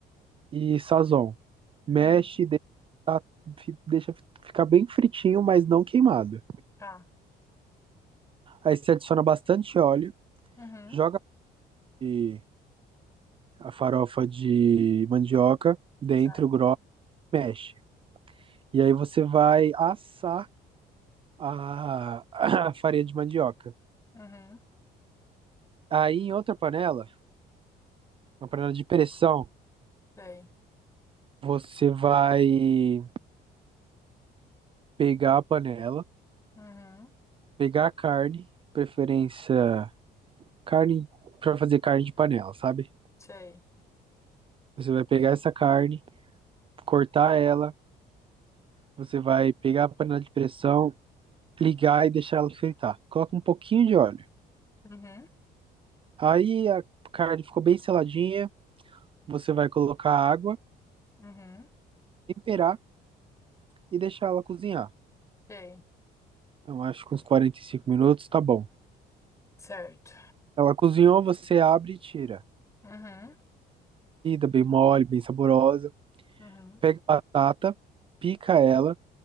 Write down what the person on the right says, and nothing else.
e sazon. mexe,
deixa, tá- fi- deixa fi- ficar bem fritinho, mas não queimado.
Aí você adiciona bastante óleo,
joga e- a farofa de mandioca dentro,
grossa, e mexe. E aí você vai assar a, <clears throat> a <coughs> farinha de mandioca.
Aí em outra panela, uma panela de pressão,
você vai pegar a panela,
pegar a carne, preferência carne para fazer carne de panela, sabe?
Você vai pegar essa carne cortar ela, você vai pegar a panela de pressão, ligar e deixar ela fritar. Coloca um pouquinho de óleo.
Aí a carne ficou bem seladinha, você vai colocar água,
temperar e deixar ela cozinhar.
Eu acho que uns 45 minutos tá bom.
Ela cozinhou, você abre e tira.
Vestida, bem mole, bem saborosa.
Pega a batata, pica ela,